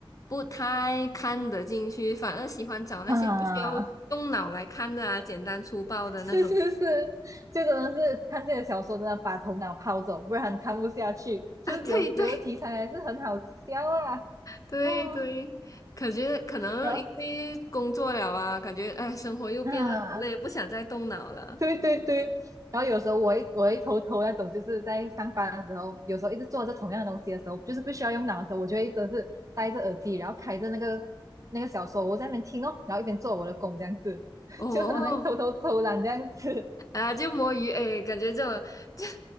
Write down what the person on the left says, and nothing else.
不太看得进去，反而喜欢找那些不需要动脑来看的啊，
简单粗暴的那种
啊。对对，对对，
感觉可能因为工作了啊，
感觉哎，生活又变得很累，
不想再动脑了。
哦，
啊，就摸鱼，哎，感觉这种 <laughs>